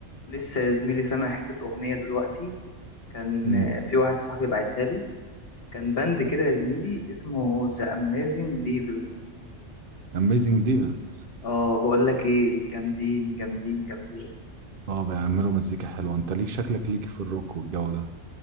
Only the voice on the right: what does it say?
امم
اميزنج ديفلز
اه بيعملوا مزيكا حلوه انت ليك شكلك ليك في الروك والجو ده